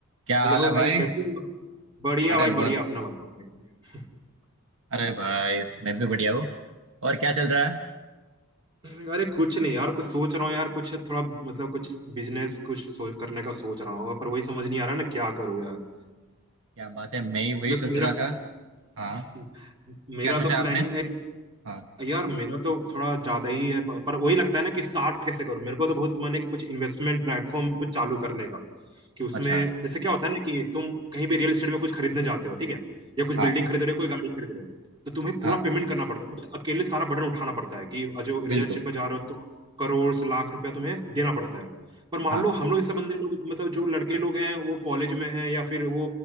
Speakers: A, on the right; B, on the right.
A: क्या
B: Hello
A: हाल है
B: भाई
A: भाई
B: कैसे हो बढ़िया
A: अरे
B: भाई
A: बहुत
B: बढ़िया अपना बताओ भाई
A: अरे भाई मैं भी बढ़िया हूँ और क्या चल रहा है
B: <laughs> अरे कुछ नहीं यार कुछ सोच रहा हूँ यार कुछ थोड़ा मतलब कुछ बिजनेस कुछ सोच करने का सोच रहा हूँ पर वही समझ नहीं आ रहा ना क्या करूँ यार
A: क्या बात है मैं ही वही
B: मे-
A: सोच
B: मेरा
A: रहा था हाँ
B: <laughs> मेरा
A: क्या सोचा
B: तो प्लानिंग
A: आपने
B: था कि
A: हाँ
B: यार मेरा तो थोड़ा ज्यादा ही है प- पर वही लगता है ना कि स्टार्ट कैसे करूं मेरे को तो बहुत मन है कि कुछ इन्वेस्टमेंट प्लेटफॉर्म कुछ चालू करने का कि उसमें
A: अच्छा
B: जैसे क्या होता है ना कि तुम कहीं भी रियल एस्टेट में कुछ खरीदने जाते हो ठीक है या कुछ
A: हाँ
B: बिल्डिंग खरीद रहे हो कोई गाड़ी खरीद रहे हो तो तुम्हें पूरा
A: हाँ
B: पेमेंट करना पड़ता है अकेले सारा बर्डन उठाना पड़ता है कि जो रियल
A: बिल्कुल
B: एस्टेट में जा रहे हो तो करोड़ से लाख रुपया तुम्हें देना पड़ता है पर मान
A: हाँ
B: लो हम लोग जैसे बंदे लोग मतलब जो लड़के लोग हैं वो कॉलेज में हैं या फिर वो